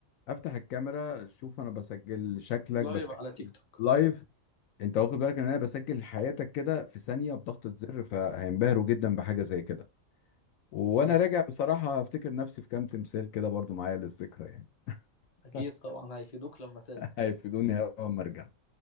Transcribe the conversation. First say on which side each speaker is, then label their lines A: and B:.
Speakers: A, on the left (about 80°); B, on the left (about 35°).
A: افتح الكاميرا شوف انا بسجل شكلك
B: لايف
A: بسجل
B: على تيك توك
A: لايف انت واخد بالك ان انا بسجل حياتك كده في ثانيه بضغطه زر فهينبهروا جدا بحاجه زي كده وانا
B: بز...
A: راجع بصراحه افتكر نفسي في كام تمثال كده برضو معايا للذكرى يعني
B: اكيد
A: <laughs>
B: طبعا هيفيدوك لما ترجع
A: هيفيدوني اول ما ارجع